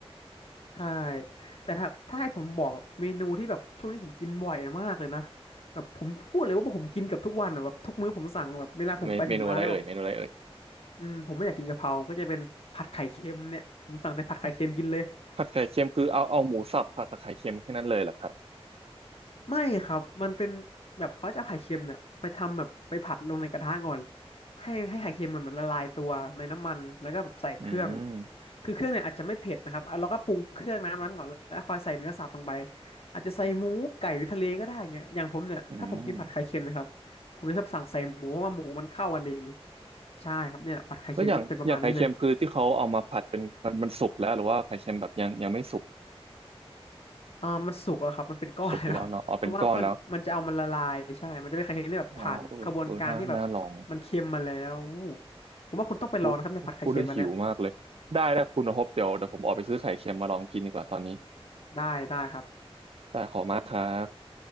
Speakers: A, on the left; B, on the right.
A: ใช่แต่ถ้าถ้าให้ผมบอกเมนูที่แบบช่วงนี้ผมกินบ่อยมากเลยนะแบบผมพูดเลยว่าผมกินเกับทุกวันอะแบบทุกมื้อผมสั่งแบบเวลาผมไปถึงร้านแล้วแบบ
B: เมเมนูอะไรเอ่ยเมนูอะไรเอ่ย
A: อืมผมไม่อยากกินกะเพราก็จะเป็นผัดไข่เค็มเนี่ยผมสั่งแต่ผัดไข่เค็มกินเลย
B: ผัดผัดไข่เค็มคือเอาเอาหมูสับผัดกับไข่เค็มแค่นั้นเลยเหรอครับ
A: ไม่ครับมันเป็นแบบเขาจะเอาไข่เค็มเนี่ยไปทำแบบไปผัดลงในกระทะก่อนให้ให้ไข่เค็มมันมันละลายตัวในน้ำมันแล้วก็แบบใส่เครื่อง
B: อืม
A: คือเครื่องเนี่ยอาจจะไม่เผ็ดนะครับอ่ะเราก็ปรุงเครื่องน้ำนั้นก่อนแล้วคอยใส่เนื้อสัตว์ลงไปอาจจะใส่หมูไก่หรือทะเลก็ได้เงี้ยอย่างผมเนี่ยถ้าผมกินผัดไข่เค็มนะครับผมจะชอบสั่งใส่หมูเพราะว่าหมูมันเข้ากันดี
B: อืม
A: ใช่ครับเนี่ยผัดไข่เค็มก็จะเป็นประมาณนี้เลย
B: แล้วอย่างอย่างไข่เค็มคือที่เขาเอามาผัดเป็นมันมันสุกแล้วหรือว่าไข่เค็มแบบยังยังไม่สุก
A: อ่ามันสุกแล้วครับมันเป็นก้อนแล้ว
B: สุกอยู่แล้วเนาะเอาเป็นก้อนแล้ว
A: <laughs> เพราะว่ามันมันจะเอามันละลายใช่ มันจะเป็นไข่เค็มที่แบบผ่านกระบวนการที่แบบ
B: อ๋อเออเออน่าน่าลอง
A: มันเค็มมาแล้วอู้ผมว่าคุณต้องไปลองนะครับในผัดไข่เค็มอันเนี้ย
B: ผมพูดพูดได้วหิวมากเลยได้ได้คุณพบเดี๋ยวเดี๋ยวผมออกไปซื้อไข่เค็มมาลองกินดีกว่าตอนนี้
A: ได้ได้ครับ
B: ได้ขอบคุณมากครับ